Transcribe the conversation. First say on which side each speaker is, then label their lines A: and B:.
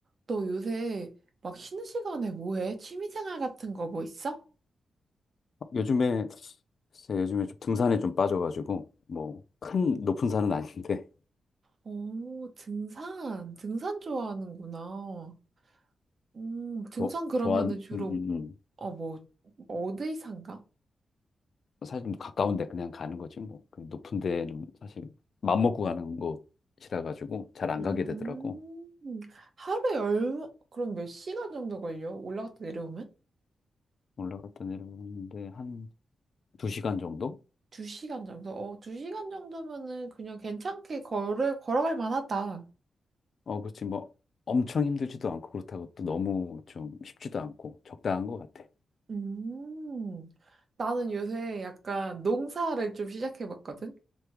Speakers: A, on the right; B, on the left.
A: 너 요새 막 쉬는 시간에 뭐 해? 취미생활 같은 거 뭐 있어?
B: 요즘에 글쎄 요즘에 좀 등산에 좀 빠져가지고 뭐 큰 높은 산은 아닌데
A: 오, 등산. 등산 좋아하는구나. 음,
B: <laughs>
A: 등산
B: 저
A: 그러면은
B: 저한
A: 주로,
B: 음, 음. 음,
A: 어, 뭐, 어디 산가?
B: 사실 좀 가까운데 그냥 가는 거지 뭐. 그 높은 데는 사실 맘 먹고 가는 곳이라 가지고 잘 안
A: 음,
B: 가게 되더라고.
A: 하루에 얼마, 그럼 몇 시간 정도 걸려? 올라갔다 내려오면?
B: 올라갔다 내려오는데 한 두 시간 정도?
A: 두 시간 정도? 어, 두 시간 정도면은 그냥 괜찮게 걸을, 걸어갈 만하다.
B: 어 그렇지 뭐 엄청 힘들지도 않고 그렇다고 또 너무 좀 쉽지도 않고 적당한 것 같아.
A: 음, 나는 요새 약간 농사를 좀 시작해봤거든?